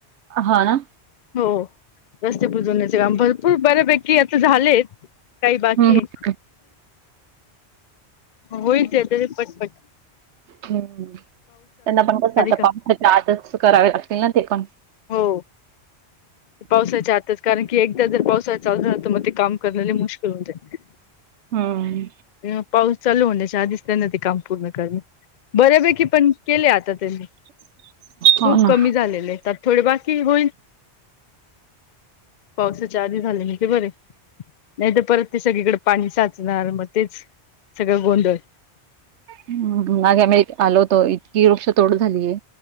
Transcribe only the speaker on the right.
हा ना.
हं, हं.
हम्म त्यांना पण कसं आता
पावसाच्या आतचं करावे लागतील ना ते कामं
हं.
हो
ना.
ह्म्म, मागे मी आलो होतो इ की वृक्ष तोड झालीय,